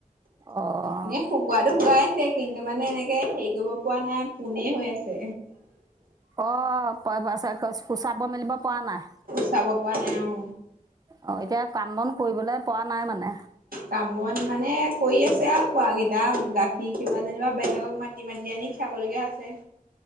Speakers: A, on the right (about 25°); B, on the right (about 85°).
A: অ'।
B: এনে শুকুৱাতটো শুকাইছে কিন্তু- টো মানে এনেকে হেৰি কৰিব পৰা নাই পোনে হৈ আছে।
A: অ প পোচাব মেলিব পৰা নাই।
B: চাব পৰা নাই অ।
A: অ এতিয়া কাম বন কৰিবলৈ পৰা- নাই মানে।
B: কাম বন মানে কৰি আছে আৰু পোৱা কেইটা। গাখীৰ খিৱা যেনিবা বেলেগক মাতি মাতি আনি খিয়াবলগীয়া হৈছে।